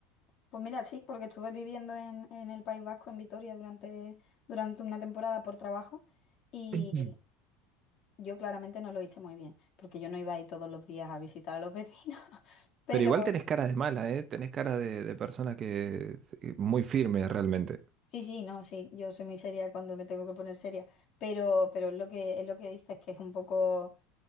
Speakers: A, on the left; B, on the right.
A: Pues mira, sí, porque estuve viviendo en, en el País Vasco, en Vitoria, durante, durante una temporada por trabajo y
B: <clears throat>
A: yo claramente no lo hice muy bien, porque yo no iba ahí todos los días a visitar a los vecinos, <laughs> pero...
B: Pero igual tenés cara de mala, ¿eh? Tenés cara de, de persona que... eh, Muy firme realmente.
A: Sí, sí, no, sí, yo soy muy seria cuando me tengo que poner seria, pero, pero es lo que, es lo que dices, que es un poco,